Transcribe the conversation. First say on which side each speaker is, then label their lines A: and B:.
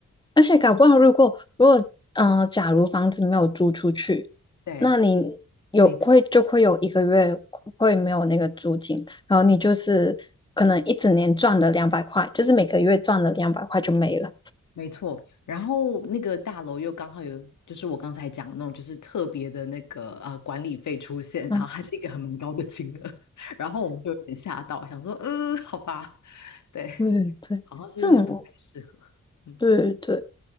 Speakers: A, on the left; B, on the left.
A: 而且搞不好，如果如果呃，假如房子没有租出去，
B: 对，
A: 那你有会就会有一个月会没有那个租金，
B: 没错
A: 然后你就是可能一整年赚了两百块，就是每个月赚了两百块就没了。
B: 没错。然后那个大楼又刚好有，就是我刚才讲的那种，就是特别的那个呃管理费出现，
A: 嗯，
B: 然后还是一个很蛮高的金额，<laughs> 然后我们就有点吓到，想说嗯，好吧，对。
A: 对对，
B: 好像是不太适合。
A: 这种
B: 嗯，
A: 对对，